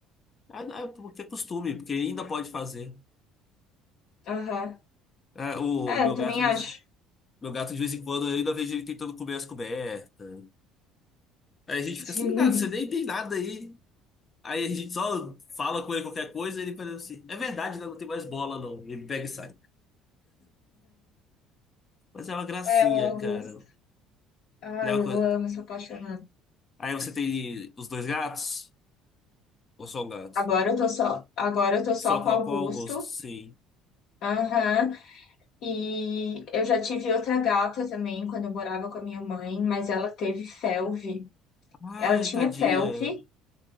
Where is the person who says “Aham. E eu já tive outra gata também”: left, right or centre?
Left